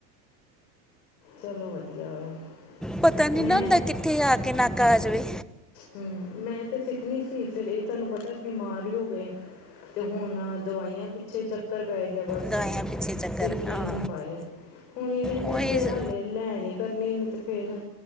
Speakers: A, on the left; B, in the centre.
A: ਚਲੋ ਵਧੀਆ ਹੋਇਆ।
B: ਪਤਾ ਨਹੀਂ
A: ਮੈਂ
B: ਨਾ ਹੁੰਦਾ, ਕਿੱਥੇ ਆ ਕੇ ਨਾਕਾ ਆ ਜਾਵੇ।
A: ਹੂੰ ਮੈਂ ਤੇ ਸਿੱਖਣੀ ਸੀ। ਫਿਰ ਇਹ ਤੁਹਾਨੂੰ ਪਤਾ ਬਿਮਾਰ ਹੀ ਹੋ ਗਏ। ਤੇ ਹੁਣ ਦਵਾਈਆਂ ਪਿੱਛੇ ਚੱਕਰ ਪੈ ਗਿਆ। ਬਸ
B: ਦਵਾਈਆਂ ਪਿੱਛੇ ਚੱਕਰ
A: ਸਿੱਖੇ
B: ਹਾਂ
A: ਨੀ ਪਾਏ, ਹੁਣ ਕਹਿੰਦੇ
B: ਉਹੀ
A: ਜੇ ਹਾਲੇ ਲੈ ਨੀ ਕਰਨੀੇ। ਇਹਨੂੰ ਤੇ ਫੇਰ